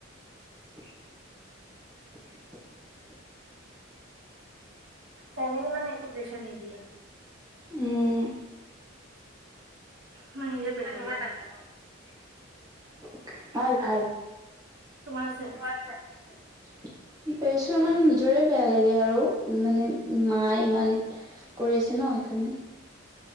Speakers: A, on the right; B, on the right.
A: <unintelligible>
B: ফেমিলি মানে একো প্ৰেছাৰ নিদিয়ে।
A: উম।
B: মই নিজে
A: <unintelligible>
B: প্ৰেছাৰ লওঁ
A: হয়, ভাল।
B: তোমাৰ আছে?
A: প্ৰিপাৰেচন মানে নিজৰে বেয়া লাগে আৰু। মানে মায়ে ইমান কৰি আছে ন। সেইকাৰণে